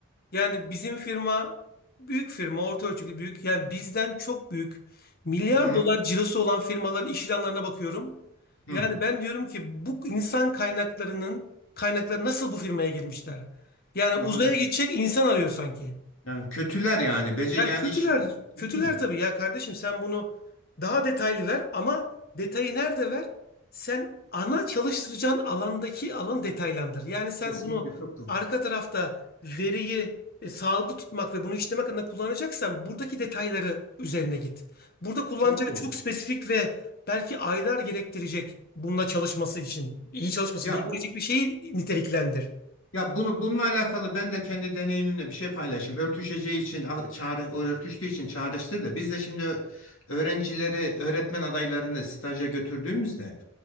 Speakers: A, on the left; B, on the left.
A: Yani bizim firma büyük firma, orta ölçekli büyük. Yani bizden çok büyük. Milyar
B: Hı hı.
A: dolar cirosu olan firmaların iş ilanlarına bakıyorum.
B: Hı.
A: Yani ben diyorum ki bu insan kaynaklarının kaynakları nasıl bu firmaya girmişler? Yani
B: Anladım.
A: uzaya gidecek insan arıyor sanki.
B: Yani kötüler yani. Bece
A: Yani
B: yani
A: kötüler,
B: iş şey
A: kötüler
B: değil mi?
A: tabii ya kardeşim sen bunu daha detaylı ver ama detayı nerede ver? Sen ana çalıştıracağın alandaki alanı detaylandır. Yani sen
B: Kesinlikle
A: bunu
B: çok doğru.
A: arka tarafta veriyi e, sağlıklı tutmak ve bunu işlemek adına kullanacaksan buradaki detayları üzerine git. Burada kullanacağı
B: Çok doğru.
A: çok spesifik ve belki aylar gerektirecek bununla çalışması için, iyi çalışması
B: Ya
A: için gerektirecek
B: bu
A: bir şeyi niteliklendir.
B: ya bunu bununla alakalı ben de kendi deneyimimle bir şey paylaşayım. Örtüşeceği için al- çağrı o örtüştüğü için çağrıştır da biz de şimdi öğrencileri öğretmen adaylarını staja götürdüğümüzde